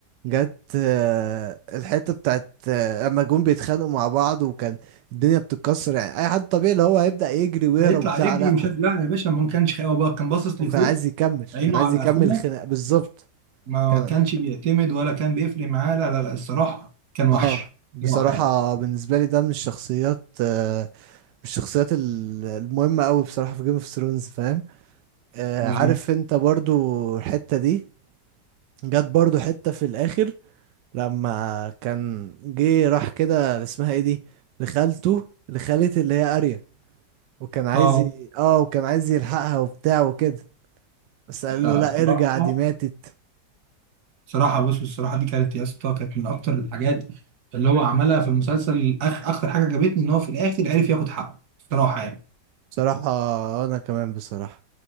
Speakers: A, on the right; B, on the right.
A: جت آه، الحتة بتاعت آه، اما جم بيتخانقوا مع بعض وكان الدنيا بتتكسر يعني اي حد طبيعي اللي هو هيبدأ يجري ويهرب
B: هيطلع
A: وبتاع
B: يجري
A: لا
B: مش عارف لا يا باشا ما ما كانش خايف هو بقى كان باصص
A: هو
B: لفوق
A: كان عايز يكمل
B: عينه
A: كان عايز
B: على
A: يكمل
B: اخوه
A: الخناق بالظبط
B: ما
A: كان
B: كانش بيعتمد ولا كان بيفرق معاه لا لا لا الصراحه كان وحش
A: اه بصراحة
B: صراحه يعني
A: بالنسبة لي ده من الشخصيات آه، من الشخصيات ال- المهمة قوي بصراحة في جيم اوف ثرونز فاهم آه،
B: مظبوط
A: عارف انت برضو الحتة دي جت برضو حتة في الاخر لما كان جه راح كده اللي اسمها ايه دي لخالته لخالة اللي هي اريا وكان عايز
B: اه
A: ي... اه وكان عايز يلحقها وبتاع وكده بس قال
B: لا
A: له
B: لا
A: لا
B: الصراحه
A: ارجع دي ماتت
B: صراحه بص الصراحه دي كانت يا اسطى كانت من اكتر الحاجات اللي هو عملها في المسلسل أخ... اكتر حاجه عجبتني ان هو في الاخر عرف ياخد حقه صراحه يعني ان
A: بصراحة انا كمان بصراحة